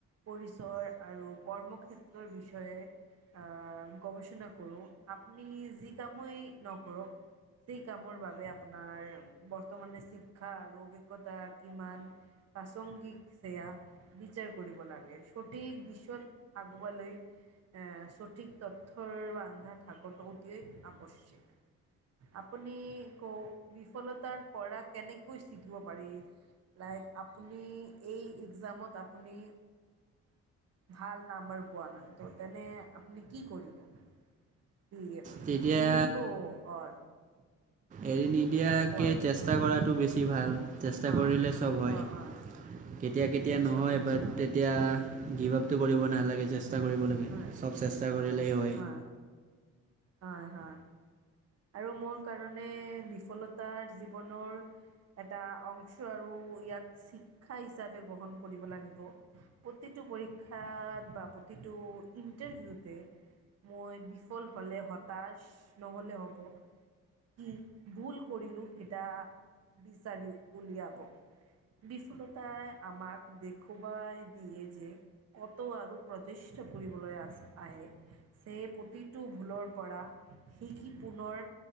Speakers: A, on the right; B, on the right.
A: পৰিচয় আৰু কৰ্মক্ষেত্ৰৰ বিষয়ে অ গৱেষণা কৰো আপুনি যি কামেই নকৰক সেই কামৰ বাবে আপোনাৰ বৰ্তমানে শিক্ষা আৰু অভিজ্ঞতা কিমান প্ৰাসংগিক সেয়া বিচাৰ কৰিব লাগে সঠিক বিশ্বত আগুৱালৈ আহ সঠিক তথ্যৰ বান্ধা থাকোটো অতিয় আৱশ্যক আপুনি ক বিফলতাৰ পৰা কেনেকৈ শিকিব পাৰি? লাইক আপুনি এই এক্সামত আপুনি ভাল নাম্বাৰ পোৱা নাই ত' তেনে আপুনি কি কৰিব? কি
B: তেতিয়া
A: এৰি দিব অৰ
B: এৰি নিদিয়াকে
A: অঁ কোৱা
B: চেষ্টা চেষ্টা কৰাটো বেছি ভাল। চেষ্টা
A: অঁ
B: কৰিলে চব হয়
A: অঁ অঁ
B: কেতিয়া কেতিয়া নহয়
A: সঠিক
B: বাট
A: অঁ
B: এতিয়া গিভ আপটো কৰিব নালাগে চেষ্টা কৰিব লাগে
A: হয়
B: চব চেষ্টা কৰিলেই হয়।
A: হয় হয় হয় আৰু মোৰ কাৰণে বিফলতাৰ জীৱনৰ এটা অংশ আৰু ইয়াক শিক্ষা হিচাপে গ্ৰহণ কৰিব লাগিব। প্ৰতিটো পৰীক্ষাত বা প্ৰতিটো ইণ্টাৰভিউতে মই বিফল হ'লে হতাশ নহ'লে হ'ব কি ভুল কৰিলো সেইটা বিচাৰি উলিয়াব বিফুলতাই আমাক দেখৱাই দিয়ে যে কত আৰু প্ৰচেষ্টা কৰিবলৈ আছে আহে যে প্ৰতিটো ভুলৰ পৰা শিকি পুনৰ